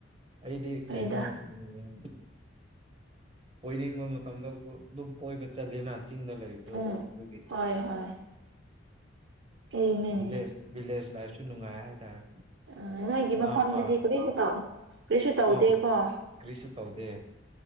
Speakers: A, on the right; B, on the right.
A: ꯑꯩꯗꯤ
B: ꯍꯣꯏꯗ
A: ꯀꯩꯅꯣ ꯎꯝ ꯀꯣꯏꯅꯤꯡꯕ ꯃꯇꯝꯗ ꯑꯗꯨꯝ ꯀꯣꯏꯕ ꯆꯠꯂꯦꯅ ꯆꯤꯡꯗ ꯂꯩꯕꯗꯣ
B: ꯎꯝ
A: ꯑꯗꯨꯒꯤ
B: ꯍꯣꯏ ꯍꯣꯏ ꯑꯩꯅꯤꯅꯦ
A: ꯚꯤꯂꯦꯁ ꯚꯤꯂꯦꯁ ꯂꯥꯏꯐꯁꯨ ꯅꯨꯡꯉꯥꯏ ꯍꯥꯏꯇꯥꯔꯦ
B: ꯑ ꯅꯣꯏꯒꯤ
A: ꯉꯥ
B: ꯃꯐꯝꯗꯨꯗꯤ
A: ꯐꯥ
B: ꯀꯔꯤꯁꯨ ꯇꯧ ꯀꯔꯤꯁꯨ ꯇꯧꯗꯦꯀꯣ
A: ꯑꯧ
B: ꯑꯣ
A: ꯀꯔꯤꯁꯨ ꯇꯧꯗꯦ